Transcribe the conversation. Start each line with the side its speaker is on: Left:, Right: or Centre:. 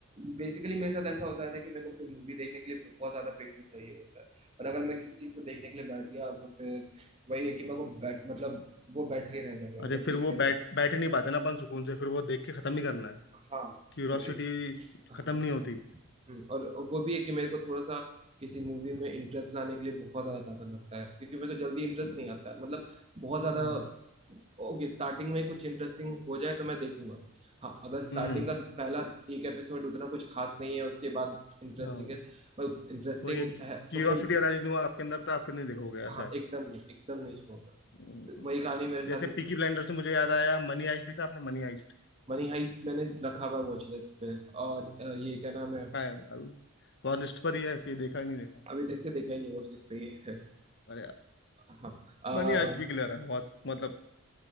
Right: बेसिकली मेरे साथ ऐसा होता है ना कि मेरे को कोई मूवी देखने के लिए बहुत ज्यादा पेशेंस चाहिए होता है और अगर मैं किसी चीज को देखने के लिए बैठ गया तो फिर वही है कि मेरे को बैठ मतलब वो बैठा ही रह जाऊंगा मतलब
Left: अरे फिर
Right: देखते
Left: वो
Right: रहूँ
Left: बैठ बैठ ही नहीं पाते ना अपन सुकून से फिर वो देख के ख़त्म ही करना है
Right: हाँ
Left: क्यूरोसिटी
Right: तो इस हाँ
Left: ख़त्म नहीं होती
Right: हम्म, और वो भी है कि मेरे को थोड़ा सा किसी मूवी में इंटरेस्ट लाने के लिए बहुत ज्यादा ताकत लगता है क्योंकि मेरे को जल्दी इंटरेस्ट
Left: हम्म
Right: नहीं आता मतलब बहुत ज्यादा
Left: हम्म
Right: ओके स्टार्टिंग में कुछ इंटरेस्टिंग हो जाए तो मैं देखूंगा हाँ अगर स्टार्टिंग
Left: हम्म,
Right: का पहला एक एपिसोड उतना कुछ खास नहीं है उसके बाद इंटरेस्टिंग
Left: हाँ।
Right: है मतलब इंटरेस्टिंग
Left: वो ये क्यूरियोसिटी
Right: है तो फिर
Left: अराइज नहीं हुआ आपके अंदर तो आप फिर नहीं देखोगे
Right: हाँ
Left: ऐसा है
Right: एकदम नहीं एकदम नहीं छोड़ूंगा
Left: हम्म।
Right: तो वही कहानी मेरे साथ
Left: जैसे
Right: इस
Left: पीकी ब्लाइंडर से मुझे याद आया मनी आइस्ट देखा आपने मनी आइस्ट
Right: मनी हाइस्ट मैंने रखा हुआ है वॉच लिस्ट पे और अ, ये क्या नाम है
Left: आया बहुत लिस्ट पर ही है कि देखा ही नहीं देखा
Right: अभी तक से देखा ही नहीं वॉच लिस्ट पे ये है
Left: अरे यार
Right: हाँ अ,
Left: मनी आइस्ट भी क्लियर है बहुत मतलब